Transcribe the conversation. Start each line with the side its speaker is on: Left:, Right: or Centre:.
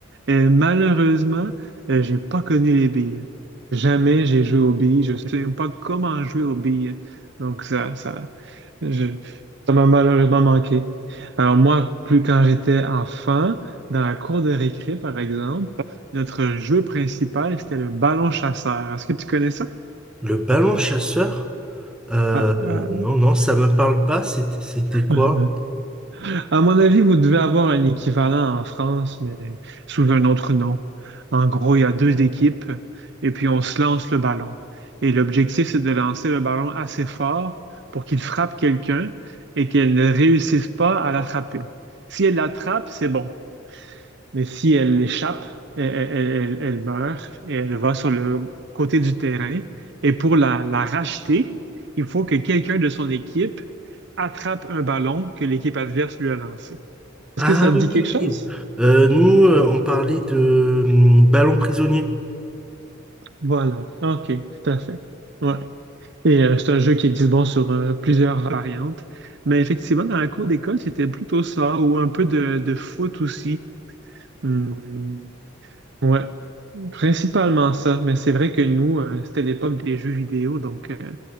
Right: Euh, malheureusement, euh, j'ai pas connu les billes. Jamais j'ai joué aux billes. Je sais même pas comment jouer aux billes. Donc ça ça je- ça m'a malheureusement manqué. Alors moi, plus quand j'étais enfant, dans la cour de récré par exemple, notre jeu principal c'était le ballon chasseur. Est-ce que tu connais ça?
Centre: Le ballon chasseur? Euh,
Right: Ah,
Centre: non, non, ça me parle pas. C'était c'était quoi?
Right: ah. <laughs> À mon avis, vous devez avoir un équivalent en France, mais sous un autre nom. En gros, il y a deux équipes et puis on se lance le ballon. Et l'objectif, c'est de lancer le ballon assez fort pour qu'il frappe quelqu'un et qu'elle ne réussisse pas à l'attraper. Si elle l'attrape, c'est bon. Mais si elle l'échappe, elle, elle- elle- elle meurt et elle va sur le côté du terrain. Et pour la, la racheter, il faut que quelqu'un de son équipe attrape un ballon que l'équipe adverse lui a lancé. Est-ce
Centre: Ah
Right: que ça te
Centre: oui,
Right: dit quelque chose?
Centre: Euh, nous, euh, on parlait de hum, ballon prisonnier
Right: Voilà, ok, tout à fait. Ouais. Et euh, c'est un jeu qui existe bon sur euh, plusieurs variantes. Mais effectivement, dans la cour d'école, c'était plutôt ça, ou un peu de, de foot aussi. Hmm, ouais, principalement ça. Mais c'est vrai que nous, euh, c'était l'époque des jeux vidéo, donc euh,